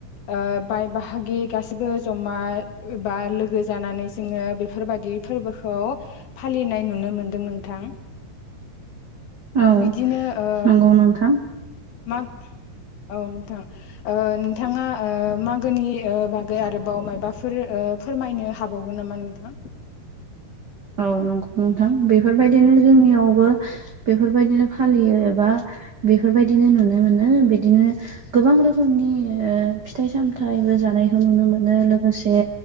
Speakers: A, on the left; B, on the right.
A: ओ बाय बाहा गि गासिबो जमा बा लोगो जानानै जोंङो बेफोरबायदि फोरबोखौ फालिनाय नुनो मोनदों नोंथां
B: औ
A: बिदिनो ओ
B: नंगौ नोंथां
A: मा औ नोंथां ओ नोंथाङा ओ मागोनि ओ बागै आरोबाव माबाफोर ओ फोरमायनो हाबा हाबावगोन नामा नोंथां?
B: औ नंगौ नोंथां बेफोरबायदिनो जोंनियावबो बेफोरबायदिनो फालियो एबा बेफोरबायदि बिदिनो नुनो मोनो बिदिनो गोबां रोखोमनि ओ फिथाइ सामथायबो जानायखौ नुनो मोनो लोगोसे